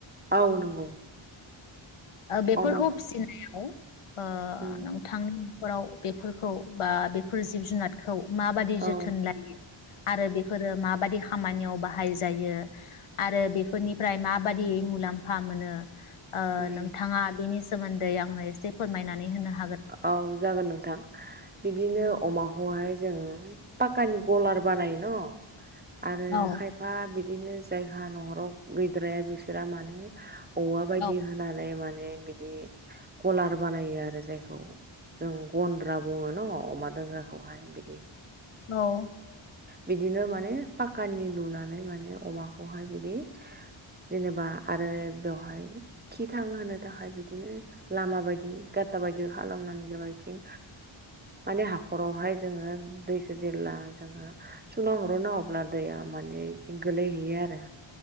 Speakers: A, on the right; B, on the left.
A: औ नंगौ
B: बेफोरखौ
A: अमा
B: फिसिनायाव ओ
A: उम
B: नों थां नखराव बेफोरखौ बा बेफोर जिब जुनारखौ माबाददि जोथोन
A: औ
B: लायो आरो बेफोरो माबादि खामानियाव बाहाय जायो आरो बेफोरनिफ्राय माबादि मुलाम्फा मोनो। ओ
A: उम
B: नों बिनि सोमोन्दै आंनो एसे फोरमायनानै होनो हा
A: औ जागोन नोंथां बिदिनो अमाखौहाय जोंङो पाक्कानि गलार बानायो न' आरो
B: औ
A: खायफा बिदिनो जायगा नहराव गैद्राया बिसोरा माने औवा बायदि
B: औ
A: होनानै माने बिदि कलार बानायो आरो जाय <inaudible> जों गन्द्रा बुङो नङ अमा दोंग्राखौहाय बिदि
B: औ
A: बिदिनो माने पाकानि लुनानै माने अमाखौहाय बिदि जेनेबा आरो बेवहाय खि थांहोनो थाखाय बिदिनो लामा बायदि गाथा बायदि बिदि खालामनानै जेन बिथिं माने हाखरावहाय जोङो दैखौ जेब्ला जोङो सुना हरो ना अब्ला दैया माने बिथिं गोलैहैयो आरो